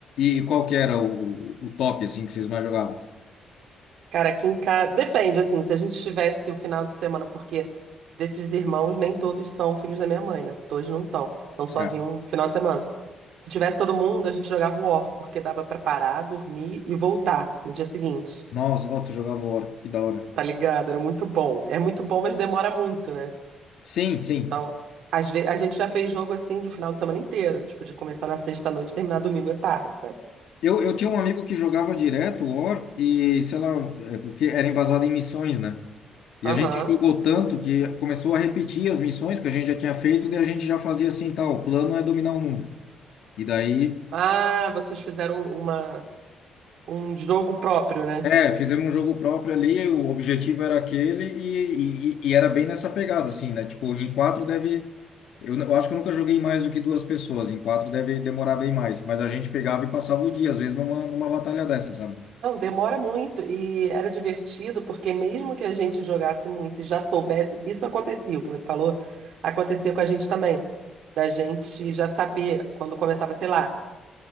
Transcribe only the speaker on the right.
Cara, aqui em casa, depende, assim, se a gente tivesse o final de semana, porque desses irmãos nem todos são filhos da minha mãe, né? Dois não são, então
só vinha um final de semana. Se tivesse todo mundo, a gente jogava War, porque dava pra parar, dormir e voltar no dia seguinte.
Tá ligado? Era muito bom. É muito bom, mas demora muito, né?
Então, às vezes, a gente já fez jogo assim de um final de semana inteiro, tipo, de começar na sexta-noite e terminar domingo à tarde, sabe?
Aham.
Ah, vocês fizeram uma, um jogo próprio, né?
Não, demora muito e era divertido porque mesmo que a gente jogasse muito e já soubesse, isso acontecia, o que você falou, acontecia com a gente também, da gente já saber quando começava, sei lá,